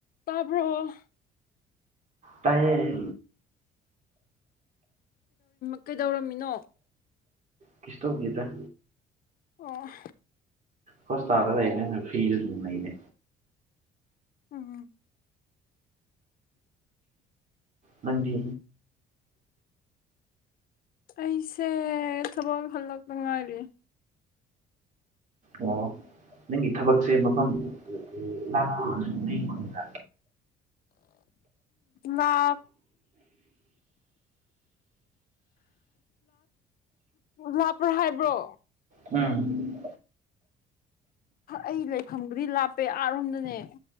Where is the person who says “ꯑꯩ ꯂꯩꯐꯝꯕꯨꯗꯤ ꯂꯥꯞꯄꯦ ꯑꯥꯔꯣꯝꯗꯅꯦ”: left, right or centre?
Left